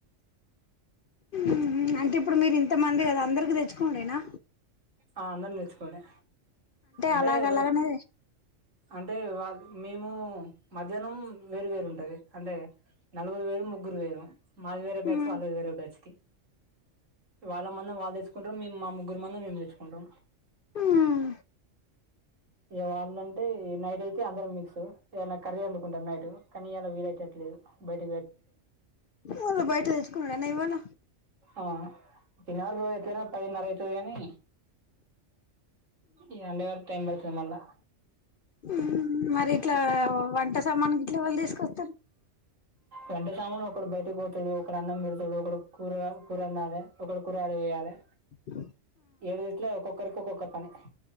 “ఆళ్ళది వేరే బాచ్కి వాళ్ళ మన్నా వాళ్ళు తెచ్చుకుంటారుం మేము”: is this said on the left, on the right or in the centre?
Right